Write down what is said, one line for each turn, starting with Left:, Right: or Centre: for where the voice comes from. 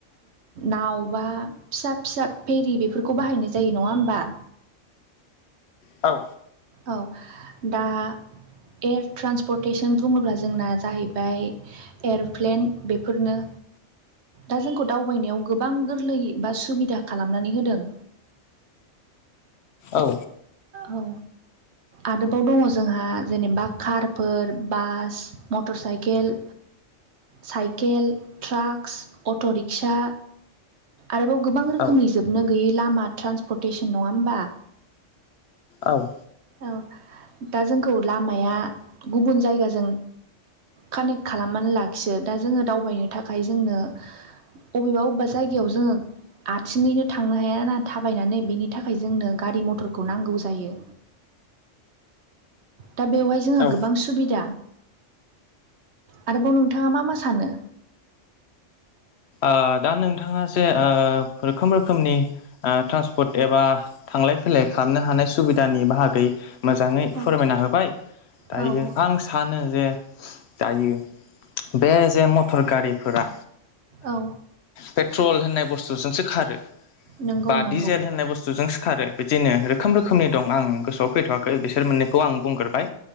Right: नाव बा फिसा फिसा फेरि बेफोरखौ बाहायनाय जायो नङा होमबा?
Left: औ।
Right: औ दा एयार ट्रान्न्सपर्टेसन बुङोब्ला जोंना जाहैबाय एर'प्लेन बेफोरनो दा जोंखौ दावबायनायाव गोबां गोरलै बा सुबिदा खालामनानै होदों।
Left: औ।
Right: औ। आरोबाव दङ जोंहा जेनेबा कारफोर, बास, मथर cycle, cycle, trucks, auto rickshaw. आरोबाव गोबां रोखोमनि
Left: औ
Right: जोबनो गैयै लामा ट्रान्सपर्टेसन नङा होमबा?
Left: औ।
Right: औ दा जोंखौ लामाया गुबुन जायगाजों कानेक्ट खालामनानै लाखियो। दा जोङो दावबायनो थाखाय जोंनो अबेबा अबेबा जायगायाव जोङो आथिङैनो थांनो हायाना थाबायनानै बेनि थाखाय जोंनो गारि मथरखौ नांगौ जायो। दा बेवहाय जोंहा
Left: ओ
Right: गोबां सुबिदा। आरोबाव नोंथाङा मा मा सानो?
Left: ओ दा नोंथाङा जे ओ रोखोम रोखोमनि ट्रान्सपर्ट एबा थांलाय फैलाय लाय खालामनो हानाय सुबिदानि बाहागै मोजाङै
Right: औ
Left: फोरमायना होबाय। दायो
Right: औ
Left: आं सानो जे जायो बे जे मटर गारिफोरा।
Right: औ
Left: पेट्रल होननाय बुस्थुजोंसो खारो
Right: नंगौ
Left: बा
Right: नंगौ
Left: डिजेल होननाय बुस्थुजोंसो खारो बिदिनो रोखोम रोखोमनि दं आं गोसोआव फैथ'वाखै बिसोर मोननैखौ आं बुंग्रोबाय।